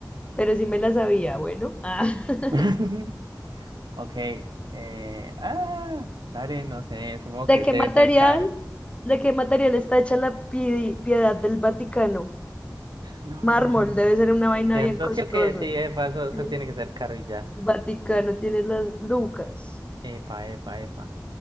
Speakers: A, on the left; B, on the right.
A: Pero sí me la sabía, bueno. Ah. <laughs>
B: <laughs> Ok. eh, ah, dale, no sé, supongo
A: ¿De
B: que
A: qué
B: debe
A: material,
B: ser caro.
A: de qué material está hecha la pi- piedad del Vaticano?
B: No,
A: Mármol,
B: no.
A: debe ser una vaina
B: Cierto,
A: bien costosa.
B: sí o que sí, epa, eso, eso
A: Sí.
B: tiene que ser caro y ya.
A: Vaticano tiene las lucas.
B: Epa, epa, epa.